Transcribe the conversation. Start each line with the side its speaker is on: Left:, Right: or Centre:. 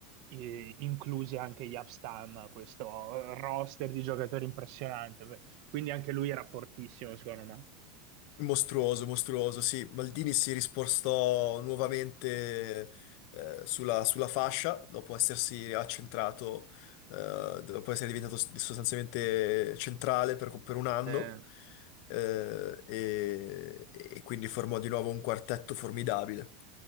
Right: eh, incluse anche Yapstam, questo roster di giocatori impressionante. Quindi anche lui era fortissimo, secondo me.
Left: Mostruoso, mostruoso, sì. Maldini si rispostò nuovamente eh, sulla, sulla fascia dopo essersi accentrato, eh, dopo essere diventato s- sostanzialmente centrale per, per un anno
Right: Eh,
Left: eh, e, e quindi formò di nuovo un quartetto formidabile.